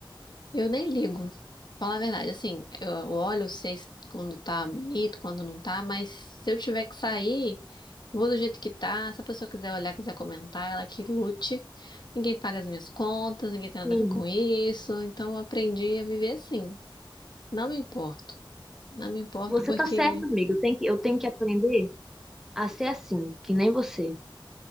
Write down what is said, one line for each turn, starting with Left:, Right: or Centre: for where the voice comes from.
Left: Eu nem ligo. Falar a verdade, assim, eu eu olho, sei se- quando tá bonito, quando não tá, mas se eu tiver que sair, vou do jeito que tá. Se a pessoa quiser olhar, quiser comentar, ela que lute. Ninguém paga as minhas contas, ninguém tem nada
Centre: Sim,
Left: a ver com isso. Então eu aprendi a viver assim. Não me importo. Não me importo
Centre: você
Left: porque
Centre: tá certa, amiga. Eu tenho que, eu tenho que aprender a ser assim, que nem você.